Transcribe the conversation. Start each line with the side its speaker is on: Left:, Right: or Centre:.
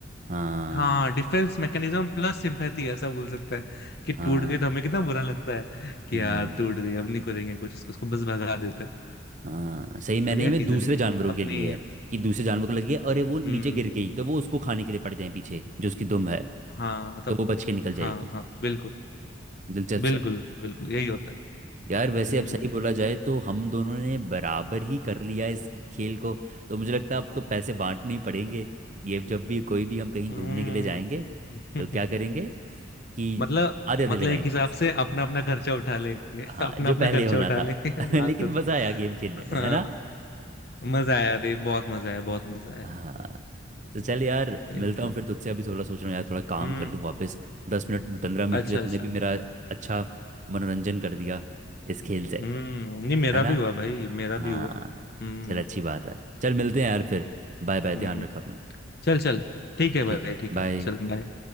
Right: हाँ
Left: हाँ डिफेंस मैकेनिज्म प्लस सिंपैथी ऐसा बोल सकता है कि टूट
Right: हाँ
Left: गए तो हमें कितना बुरा लगता है कि
Right: हम्म
Left: यार टूट गए अब नहीं करेंगे कुछ इसको उसको बस भगा देते हैं
Right: हाँ सही मैंने में
Left: बढ़िया
Right: नहीं मैं
Left: चीज
Right: दूसरे
Left: है लेकिन
Right: जानवरों के
Left: अपनी
Right: लिए है कि दूसरे जानवर को लगे अरे वो नीचे
Left: हम्म
Right: गिर गई तो वो उसको खाने के लिए पड़ जाए पीछे जो उसकी दुम है
Left: हाँ तब
Right: तो वो बच के निकल जाएगी
Left: हाँ हाँ बिल्कुल
Right: दिलचस्प
Left: बिल्कुल
Right: है
Left: बिल्कुल यही होता है
Right: यार वैसे
Left: हम्म
Right: अब सही बोला जाए तो हम दोनों ने बराबर ही कर लिया इस खेल को तो मुझे लगता है अब तो पैसे बांटने ही पड़ेंगे ये जब भी कोई भी हम कहीं
Left: हम्म
Right: घूमने के लिए जाएंगे
Left: <laughs>
Right: तो क्या करेंगे कि
Left: मतलब
Right: आधे आधे
Left: मतलब
Right: लगाएंगे
Left: एक हिसाब
Right: पैसे
Left: से अपना अपना खर्चा उठा लेंगे
Right: हाँ
Left: अपना
Right: जो
Left: अपना
Right: पहले
Left: खर्चा
Right: होना
Left: उठा
Right: था
Left: लेंगे
Right: <laughs>
Left: <laughs> बात
Right: लेकिन
Left: को तो
Right: मज़ा आया गेम खेलने
Left: हाँ,
Right: में है ना
Left: मजा आया अरे बहुत मजा आया बहुत मजा आया
Right: हाँ तो चल यार
Left: एकदम
Right: मिलता हूँ फिर तुझसे अभी थोड़ा सोच रहा हूँ यार थोड़ा काम
Left: हम्म
Right: कर लूँ वापस दस मिनट पंद्रह मिनट
Left: अच्छा
Right: के लिए तूने
Left: अच्छा
Right: भी मेरा अच्छा मनोरंजन कर दिया इस खेल से
Left: हम्म नहीं मेरा
Right: है ना
Left: भी हुआ भाई मेरा
Right: हाँ
Left: भी हुआ हम्म
Right: चल अच्छी बात है चल मिलते हैं यार फिर बाय बाय ध्यान
Left: हम्म
Right: रख अपना
Left: चल चल ठीक है भाई
Right: ठीक है
Left: ठीक
Right: बाय
Left: है चल बाय